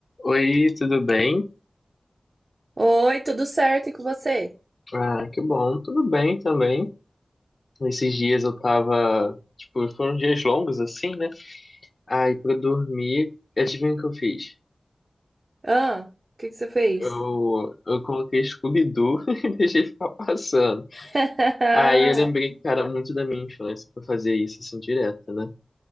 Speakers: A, on the left (about 55°); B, on the right (about 55°).
A: Oi, tudo bem?
B: Oi, tudo certo e com você?
A: Ah, que bom, tudo bem também. Esses dias eu tava, tipo, foram dias longos assim, né? Aí pra dormir, adivinha o que eu fiz?
B: Ah, o que que você fez?
A: Eu, eu coloquei Scooby-Doo <laughs> e deixei ficar passando.
B: <laughs>
A: Aí eu lembrei que, cara, muito da minha infância pra fazer isso assim direto, né?